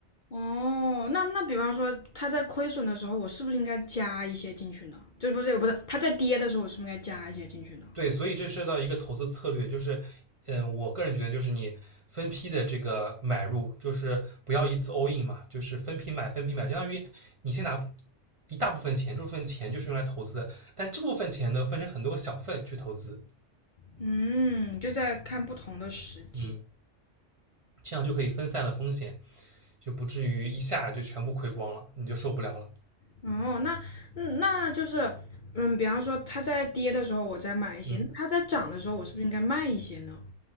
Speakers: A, on the left; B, on the right.
A: 哦，那那比方说它在亏损的时候，我是不是应该加一些进去呢？就不是不是它在跌的时候，我是不是应该加一些进去呢？
B: 对，所以这涉及到一个投资策略，就是，嗯，我个人觉得就是你分批的这个买入，就是不要一次 all in 嘛，就是分批买，分批买，相当于你先拿一大部分钱，这部分钱就是用来投资的，但这部分钱呢分成很多个小份去投资，
A: 嗯，就在看不同的时机。
B: 嗯，这样就可以分散了风险，就不至于一下就全部亏光了，你就受不了了，
A: 哦，那嗯那就是嗯，比方说它在跌的时候，我再买一些；
B: 嗯。
A: 那它在涨的时候，我是不是应该卖一些呢？